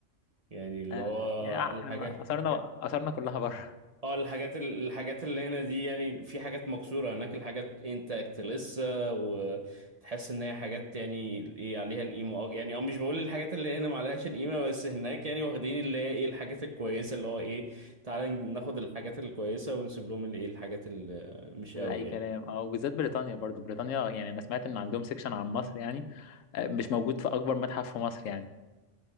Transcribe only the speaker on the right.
يعني اللي
هو
الحاجات
اه الحاجات الحاجات اللي هنا دي يعني في حاجات مكسوره هناك الحاجات انتاكت لسه وتحس ان هي حاجات يعني ايه عليها القيمه اه يعني اه مش بقول الحاجات اللي هنا ما عليهاش القيمه بس هناك يعني واخدين اللي هي ايه الحاجات الكويسه اللي هو ايه تعالى ناخد الحاجات الكويسه ونسيب لهم الايه الحاجات اللي
مش
قوي يعني